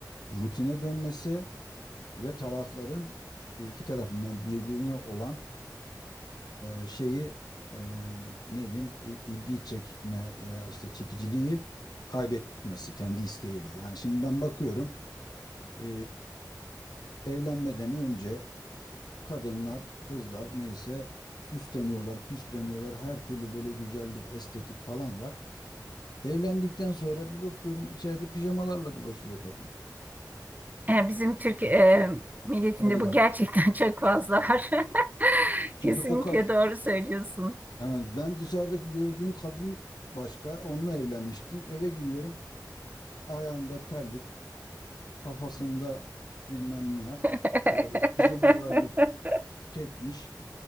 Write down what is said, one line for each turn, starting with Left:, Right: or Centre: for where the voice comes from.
Left: rutine dönmesi ve tarafların iki tarafından birbirine olan e, şeyi e, ne diyeyim il- ilgi çekme ya işte çekiciliği kaybetmesi kendi isteğiyle. Yani şimdi ben bakıyorum e, evlenmeden önce kadınlar, kızlar neyse süsleniyorlar, püsleniyorlar. Her türlü böyle güzellik, estetik falan var. Evlendikten sonra bir bakıyorum içeride pijamalarla dolaşıyor kadın.
Right: E, Bizim Türk e, milletinde
Left: Kadın.
Right: bu gerçekten <laughs> çok fazla var. <laughs>
Left: Şimdi
Right: Kesinlikle
Left: o kadın
Right: doğru söylüyorsun.
Left: yani ben dışarıdaki gördüğüm kadın başka. Onunla evlenmiştim. Eve giriyorum. Ayağında terlik, kafasında bilmem ne,
Right: <laughs>
Left: e, pijamalarını çekmiş,